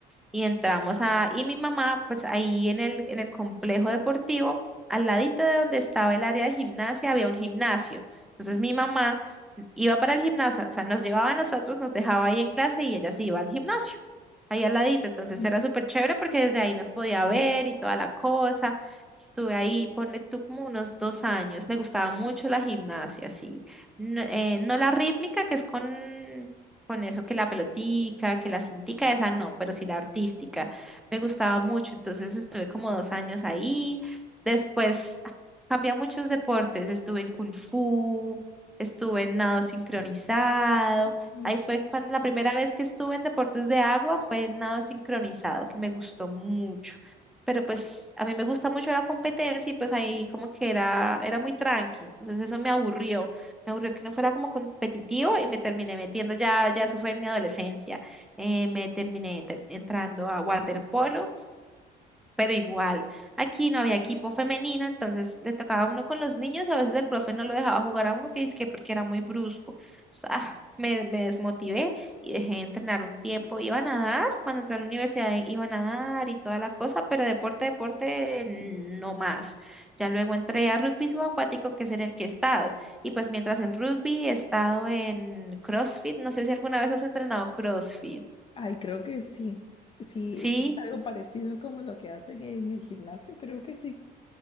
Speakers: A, in the centre; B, on the left (about 30°).
A: y entramos a, y mi mamá, pues ahí en el, en el complejo deportivo, al ladito de donde estaba el área de gimnasia, había un gimnasio. Entonces mi mamá iba para el gimnasio, o sea, nos llevaba a nosotros, nos dejaba ahí en clase y ella se iba al gimnasio, ahí al ladito. Entonces
B: Ajá.
A: era súper chévere porque desde ahí nos podía ver y toda la cosa. Estuve ahí, ponle tú como unos dos años. Me gustaba mucho la gimnasia, sí. No, eh, no la rítmica, que es con con eso que la pelotica, que la cintica, esa no, pero sí la artística. Me gustaba mucho, entonces estuve como dos años ahí. Después ah, cambié a muchos deportes, estuve en kung fu, estuve en nado sincronizado.
B: Ay,
A: Ahí
B: qué
A: fue cuando la
B: lindo.
A: primera vez que estuve en deportes de agua fue en nado sincronizado, que me gustó mucho. Pero pues a mí me gusta mucho la competencia y pues ahí como que era, era muy tranqui, entonces eso me aburrió. Me aburrió que no fuera como competitivo y me terminé metiendo, ya, ya eso fue en mi adolescencia. Eh, me terminé ter- entrando a waterpolo pero igual, aquí no había equipo femenino, entonces le tocaba a uno con los niños y a veces el profe no lo dejaba jugar a uno que dizque porque era muy brusco. O sea, me, me desmotivé y dejé de entrenar un tiempo. Iba a nadar, cuando entré a la universidad iba a nadar y toda la cosa, pero deporte, deporte, no más. Ya luego entré a rugby subacuático, que es en el que he estado. Y pues mientras en rugby he estado en CrossFit, no sé si alguna vez has entrenado CrossFit.
B: Ay, creo que sí. Sí,
A: Sí.
B: sí, es algo parecido como lo que hacen en el gimnasio, creo que sí.